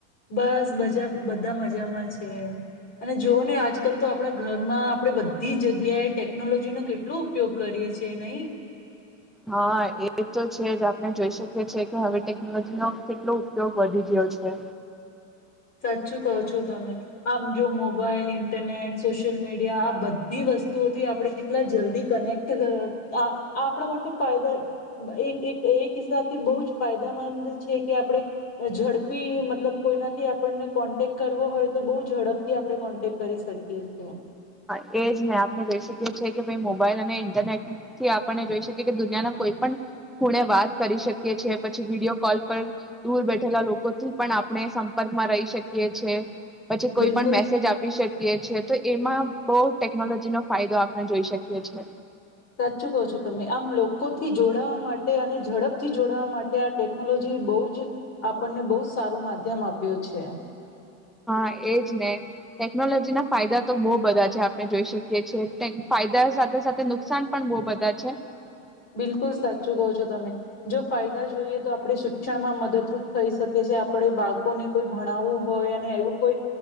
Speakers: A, on the left; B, in the centre.
A: બસ બજા બધા મજામાં. છે અને જોવ ને આજકાલ તો આપણા ઘરમાં આપણે બધી જગ્યાએ ટેકનોલોજી નો કેટલો ઉપયોગ કરીએ છે નહી.
B: હા એ તો છે જ આપણે જોઈ શકીએ છીએ કે હવે ટેકનોલોજીનો કેટલો ઉપયોગ વધી ગયો છે.
A: સાચું કહો છો તમે આમ જો મોબાઈલ, ઇન્ટરનેટ, સોશિયલ મીડિયા આ બધી વસ્તુઓથી આપણે કેટલા જલ્દી કનેક્ટ થ અ આપણા માટે ફાયદા એક એક એક હિસાબથી બહુ જ ફાયદામંદ છે. કે આપણે ઝડપી મતલબ કોઈના થી આપને કોન્ટેક કરવો હોય તો બઉ ઝડપથી આપણે કોન્ટેક્ટ કરી શકીએ છીએ.
B: હા એ જ ને આપણે જોઈ શકીએ છી કે ભાઈ મોબાઈલ અને ઇન્ટરનેટ થી આપને જોઈ શકીએ કે દુનિયાના કોઈ પણ ખૂણે વાત કરી શકીએ છે પછી વિડીયો કોલ પર દૂર બેઠેલા લોકોથી પણ આપણે સંપર્કમાં રહી શકીએ છે. પછી કોઈ
A: બિલકુલ
B: પણ મેસેજ આપી શક કીયે છીએ તો એમાં બહુ ટેકનોલોજીનો ફાયદો આપણે જોઈ શકીએ છે.
A: સાચ્ચું કહો છો તમે. આમ લોકોથી જોડાવા માટે અને ઝડપથી જોડાવા માટે આ ટેકનોલોજી એ બહુજ આપણને બહુ જ સારો માધ્યમ આપ્યો છે.
B: હા એજ ને. ટેકનોલોજીના ફાયદા તો બો બધા છે. આપણે જોઈ શકીએ છીએ. ટેક ફાયદા સાથે સાથે નુકસાન પણ બો બધા છે.
A: બિલકુલ સાચું કહો છો તમે. જો ફાયદા જોઈએ તો આપણે શિક્ષણમાં મદદરૂપ થઈ સકે છે. આપણે બાળકોને કોઈ ભણાવવું હોય અને એવું કોઈ